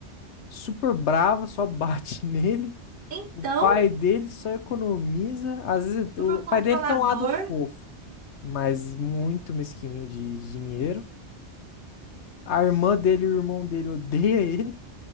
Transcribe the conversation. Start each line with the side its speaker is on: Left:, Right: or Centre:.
Left: super brava, só bate <laughs> nele.
Right: Então,
Left: O pai dele só economiza. Às vezes o
Right: super controlador.
Left: pai dele tem um lado fofo, mas muito mesquinho de, de dinheiro. A irmã dele e o irmão dele odeia <laughs> ele